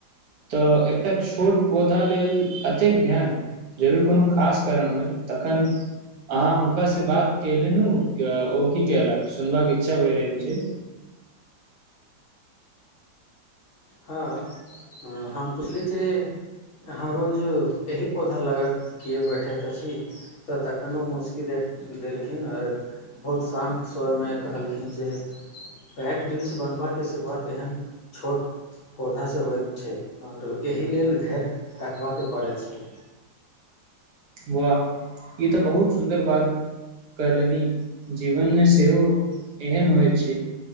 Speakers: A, on the right (about 65°); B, on the left (about 55°).
A: तऽ एकटा छोट पौधा लेल एतेक ध्यान। जरूर कोनो खास कारण होए तखन। अहाँ हुनका सऽ बात कले नु ओ की कल सुनबाका के इच्छा भहि रहल छैय।
B: हँ हम पुछली जे हऽ रोज एहि पौधा लगा केँ किया बैठैत अछि। तऽ तखनो उऽ मुशकी देख देलखिन आर। बहुत शान्त स्वर में कहलखिन जे। बैट ब्रिज बनबबा केँ शुरुआत एहन छोट पौधा स होइत छै और एहि लेल धैर्य रखबा केँ पड़ै छैय।
A: वाह ई तऽ बहुत सुन्दर बात कहलनी जीवन में सेहो एहन होइ छैय।